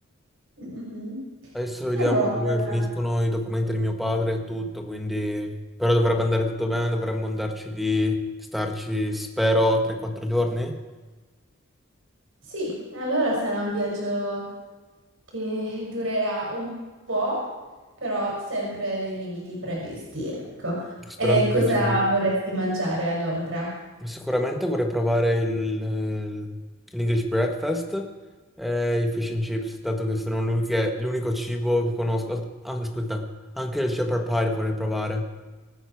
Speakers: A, on the right; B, in the centre.
A: Mhm.
B: Adesso vediamo
A: E boh,
B: come
A: allora...
B: finiscono i documenti di mio padre e tutto, quindi... Però dovrebbe andare tutto bene, dovremmo andarci lì, starci, spero, 3-4 giorni.
A: Sì, allora sarà un viaggio che durerà un po', però sempre nei limiti previsti, ecco.
B: Sperando
A: E cosa
B: che il cibo...
A: vorresti mangiare a Londra?
B: Sicuramente vorrei provare il, eh, l'English breakfast e i fish and chips, dato che sono l'uniche- l'unico cibo che conosco. As- Anche, aspetta, anche il shepherd pie vorrei provare,